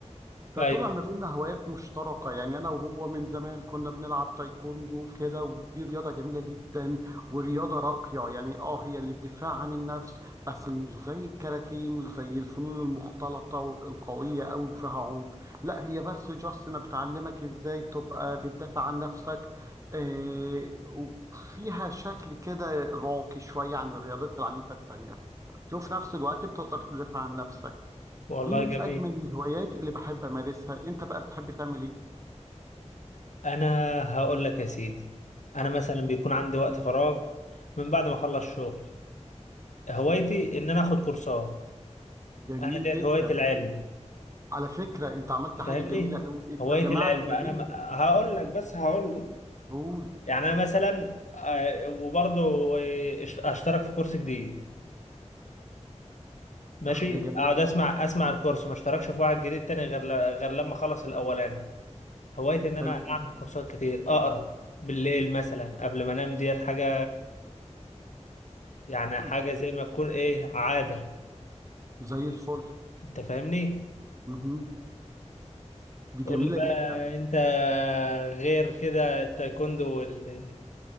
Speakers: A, on the right; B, on the left.
A: فطلع
B: ايوه
A: ما بيننا هوايات مشتركة يعني أنا وهو من زمان كنا بنلعب تايكوندو كده ودي رياضة جميلة جدا ورياضة راقية يعني اه هي للدفاع عن النفس بس مش زي الكاراتيه مش زي الفنون المختلطة القوية أوي وفيها عنف لا هي بس جاست أنا بتعلمك إزاي تبقى بتدافع عن نفسك آه، وفيها شكل كده راقي شوية عن الرياضات العنيفة التانية وفي نفس الوقت بتقدر تدافع عن نفسك
B: والله
A: دي من
B: جميل
A: اجمل الهوايات اللي بحب امارسها انت بقى بتحب تعمل ايه
B: انا هقول لك يا سيدي انا مثلا بيكون عندي وقت فراغ من بعد ما اخلص شغل هوايتي ان انا اخد كورسات
A: جميل
B: انا ديت
A: جدا
B: هواية العلم
A: على فكره انت عملت حاجه
B: فاهمني
A: جميله قوي انت
B: هواية
A: جمعت
B: العلم
A: ما
B: انا
A: بين
B: م- هقول لك بس هقول لك
A: قول
B: يعني انا مثلا آه، وبرضه آه، اش- اشترك في كورس جديد ماشي
A: ده حاجه جميله
B: اقعد
A: جدا
B: اسمع اسمع
A: جميل
B: الكورس
A: جدا
B: ما اشتركش في واحد جديد تاني غير ل- غير لما اخلص الاولاني هوايتي ان انا
A: حلو جدا
B: اعمل كورسات كتير اقرا بالليل مثلا قبل ما انام ديت حاجة يعني حاجة
A: ده
B: زي ما تكون ايه عادة
A: زي الفل
B: انت فاهمني
A: مهم. دي جميله
B: قول لي بقى
A: جدا
B: انت غير كده التايكوندو والكاراتيه